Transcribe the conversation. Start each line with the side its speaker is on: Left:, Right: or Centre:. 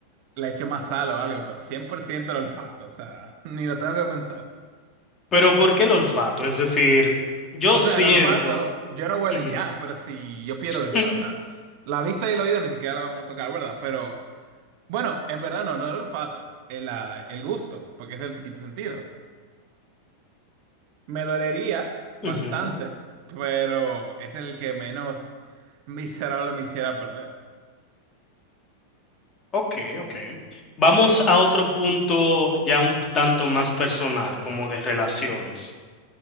Right: le echo más sal o algo, pero 100% el olfato, o sea, <laughs> ni lo tengo que pensar.
Left: Pero ¿por qué el olfato? Es decir, yo
Right: O
Left: siento...
Right: sea, el olfato, yo no huelo
Left: Ujú,
Right: y ya, pero si yo pierdo,
Left: mm,
Right: la, o sea, la vista y el oído ni siquiera la vamos a tocar, ¿verdad? Pero, bueno, en verdad no, no el olfato, el, ah, el gusto, porque es el quinto sentido. Me dolería bastante,
Left: ujú.
Right: pero es el que menos miserable me hiciera perder.
Left: Ok, ok. Vamos a otro punto ya un tanto más personal, como de relaciones.